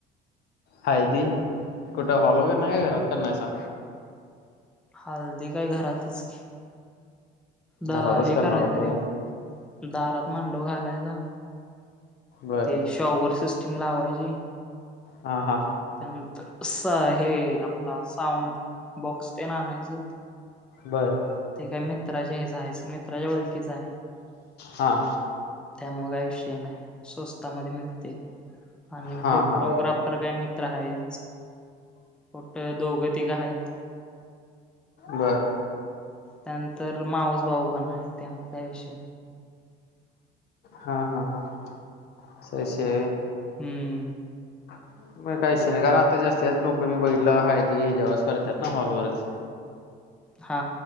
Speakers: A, on the left; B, in the centre.
A: हळदी कुठं हॉल वगैर नाही का घरात करनायेसा?
B: हळदी काय घरातच की द
A: घरातच
B: हे
A: करणार
B: कराय
A: होता
B: तरीे
A: व्हय
B: दारात मांडव घालायचा
A: बर
B: ते शॉवर सिस्टीम लावायचीे
A: हा हा.
B: त्यानंतर सा हे आपला साऊंड बॉक्स तेन आणायचं.
A: बरं
B: ते काय मित्राचे हेच आहे मित्राच्या ओळखीचा आहे.
A: हा
B: त्यामुळे काय विषय नाय स्वस्तामध्ये मिळते आणि
A: हा
B: फोटोग्रा
A: हा
B: फर काय मित्र आहे कुठं दोघं तिघं आहेत.
A: बरं
B: त्यानंतर मावज भाऊ पण आहे त्यामुळं काय विषय
A: हा हा हा सही शे
B: हम्म.
A: ह मग काहीशी नाही कारण आता जास्त जास्त लोकं मी बघलं हळदी ह्याजे वरच करतेतना हॉलवरच.
B: हा